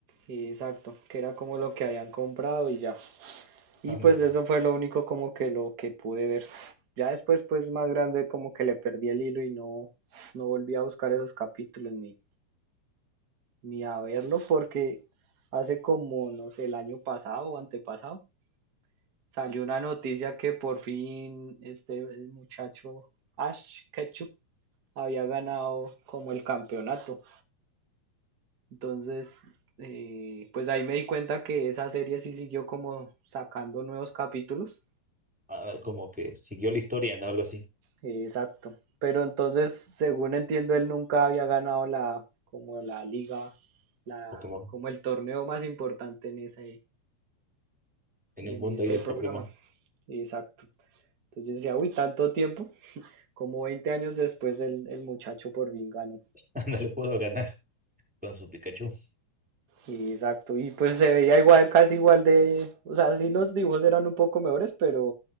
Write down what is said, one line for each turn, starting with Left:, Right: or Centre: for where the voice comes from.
Right: Y exacto, que era como lo que habían comprado y ya. Y
Centre: Ándale,
Right: pues eso fue lo único como que lo que pude ver. Ya después, pues más grande, como que le perdí el hilo y no, no volví a buscar esos capítulos ni, ni a verlo porque hace como, no sé, el año pasado o antepasado, salió una noticia que por fin este el muchacho Ash Ketchum había ganado como el campeonato. Entonces, eh, pues ahí me di cuenta que esa serie sí siguió como sacando nuevos capítulos
Centre: ándale, como que siguió la historia, ¿no? Algo así,
Right: Exacto. Pero entonces, según entiendo, él nunca había ganado la, como la liga, la,
Centre: Pokémon.
Right: como el torneo más importante en ese,
Centre: En
Right: en
Centre: el mundo
Right: ese
Centre: ahí del
Right: programa.
Centre: Pokémon,
Right: Exacto. Entonces yo decía, uy, tanto tiempo, como 20 años después el, el muchacho por fin ganó.
Centre: <laughs> ándale, puedo ganar con su Pikachu.
Right: Exacto. Y pues se veía igual, casi igual de, o sea, sí los dibujos eran un poco mejores, pero,